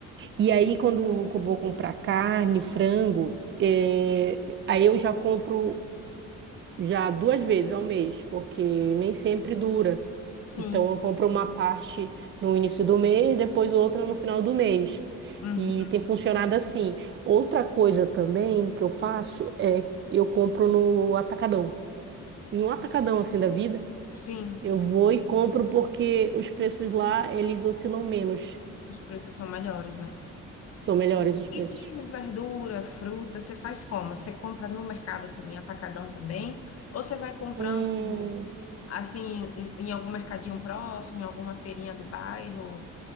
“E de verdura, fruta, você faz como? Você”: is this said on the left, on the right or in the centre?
Left